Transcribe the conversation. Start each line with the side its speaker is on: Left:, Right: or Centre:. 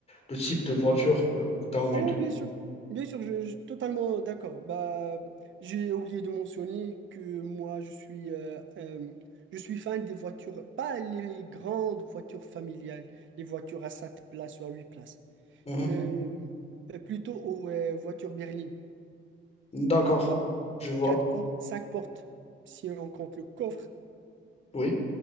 Left: le type de voiture euh, que tu as envie
Right: Oh,
Left: de.
Right: bien sûr, bien sûr, je, je suis totalement d'accord. Bah, j'ai oublié de mentionner que moi, je suis, euh, euh, je suis fan des voitures, pas les grandes voitures familiales, les voitures à 7 places ou à 8 places,
Left: Mhm.
Right: mais euh, plutôt aux euh, voitures berlines,
Left: D'accord,
Right: à
Left: je vois.
Right: 4 portes, 5 portes, si on compte le coffre.
Left: Oui.